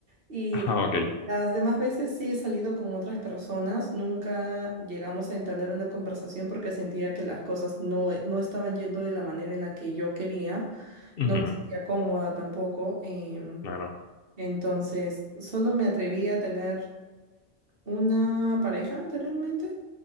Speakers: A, on the right; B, on the left.
A: Y
B: Ah, ok.
A: las demás veces sí he salido con otras personas, nunca llegamos a entablar una conversación porque sentía que las cosas no, no estaban yendo de la manera en la que yo quería,
B: Ujú.
A: no me sentía cómoda tampoco. em,
B: Claro.
A: entonces, solo me atreví a tener una pareja anteriormente